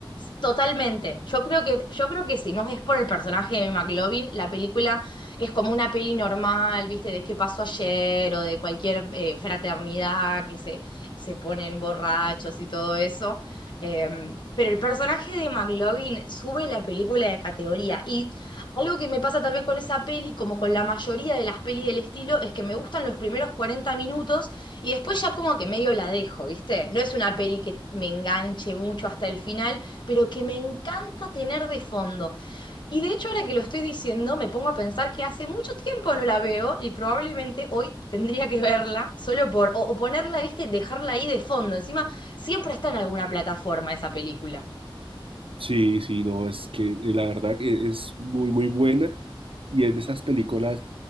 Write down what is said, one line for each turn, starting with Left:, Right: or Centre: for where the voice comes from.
Left: Totalmente. Yo creo que, yo creo que si no es por el personaje de McLovin, la película es como una peli normal, ¿viste? De qué pasó ayer o de cualquier eh, fraternidad que se, se ponen borrachos y todo eso. Eh, pero el personaje de McLovin sube la película de categoría. Y algo que me pasa también con esa peli, como con la mayoría de las pelis del estilo, es que me gustan los primeros 40 minutos y después ya como que medio la dejo, ¿viste? No es una peli que me enganche mucho hasta el final pero que me encanta tener de fondo. Y de hecho, ahora que lo estoy diciendo, me pongo a pensar que hace mucho tiempo no la veo y probablemente hoy tendría que verla solo por, o, o ponerla, viste, dejarla ahí de fondo. Encima, siempre está en alguna plataforma esa película.
Right: Sí, sí, no, es que eh, la verdad que es muy, muy buena y es de esas películas